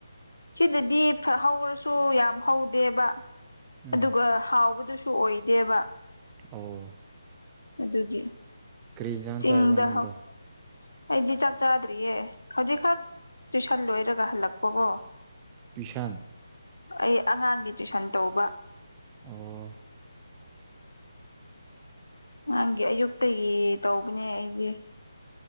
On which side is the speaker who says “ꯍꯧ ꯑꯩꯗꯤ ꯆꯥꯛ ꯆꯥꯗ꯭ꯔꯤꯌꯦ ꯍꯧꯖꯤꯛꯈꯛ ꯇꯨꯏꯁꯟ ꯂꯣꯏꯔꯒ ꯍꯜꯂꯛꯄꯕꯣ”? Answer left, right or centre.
Left